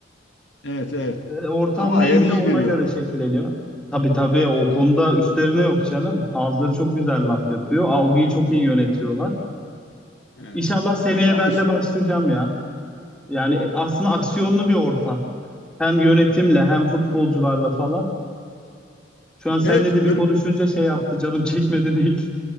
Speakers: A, on the left (about 65°); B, in the centre.
A: Evet, evet.
B: E, Ortam
A: Ama ayarı
B: neyse
A: iyi
B: ona
A: veriyorlar.
B: göre şekilleniyor. Tabii tabii o konuda üstlerine yok canım. Ağızları çok güzel laf yapıyor. Algıyı çok iyi yönetiyorlar.
A: Evet.
B: İnşallah seneye
A: Ama
B: ben
A: işte,
B: de başlayacağım ya. Yani e, aslında aksiyonlu bir ortam. Hem yönetimle hem futbolcularla falan. Şu an seninle
A: evet
B: de
A: böyle
B: bir konuşunca şey yaptı. Canım çekmedi değil.